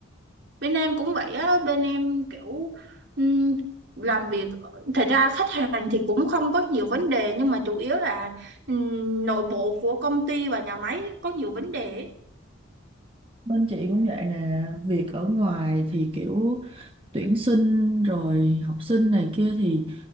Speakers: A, on the right (about 55°); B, on the right (about 25°).
A: bên em cũng vậy á bên em kiểu ừm, làm việc thật ra khách hàng thì cũng không có nhiều vấn đề nhưng mà chủ yếu là ừm, nội bộ của công ty và nhà máy có nhiều vấn đề ấy.
B: Bên chị cũng vậy nè, việc ở ngoài thì kiểu tuyển sinh rồi học sinh này kia thì